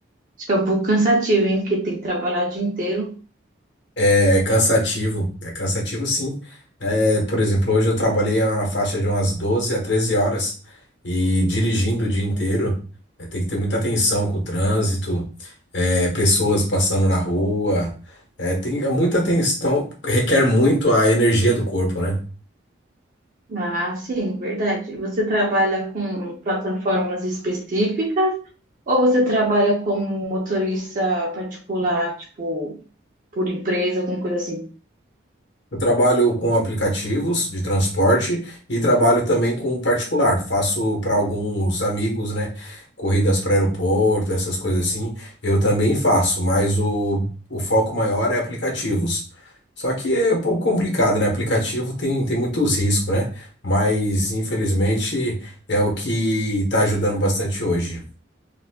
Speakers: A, on the right (about 40°); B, on the left (about 65°).
A: acho que é um pouco cansativo, hein? Porque tem que trabalhar o dia inteiro.
B: É é cansativo, é cansativo sim. É, por exemplo, hoje eu trabalhei na faixa de umas 12 a 13 horas e dirigindo o dia inteiro, é, tem que ter muita atenção com o trânsito, é, pessoas passando na rua, é, tem é muita atenção, requer muito a energia do corpo, né?
A: Ah, sim, verdade. Você trabalha com plataformas específicas ou você trabalha como motorista particular, tipo, por empresa, alguma coisa assim?
B: Eu trabalho com aplicativos de transporte e trabalho também com particular. Faço para alguns amigos, né? Corridas para aeroporto, essas coisas assim. Eu também faço, mas o, o foco maior é aplicativos. Só que é um pouco complicado, né? Aplicativo tem, tem muitos riscos, né? Mas infelizmente é o que está ajudando bastante hoje.